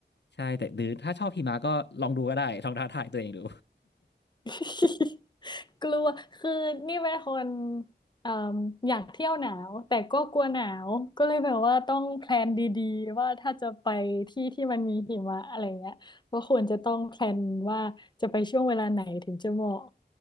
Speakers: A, on the left; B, on the left.
A: ใช่แต่หรือถ้าชอบหิมะก็ลองดูก็ได้ลองท้าทายตัวเองดู
B: <laughs> กลัวคือนี่เป็นคนเอ่มอยากเที่ยวหนาวแต่ก็กลัวหนาว ก็เลยแบบว่าต้องแพลนดีๆว่าถ้าจะไปที่ที่มันมีหิมะอะไรเงี้ยก็ควรจะต้องแพลนว่าจะไปช่วงเวลาไหนถึงจะเหมาะ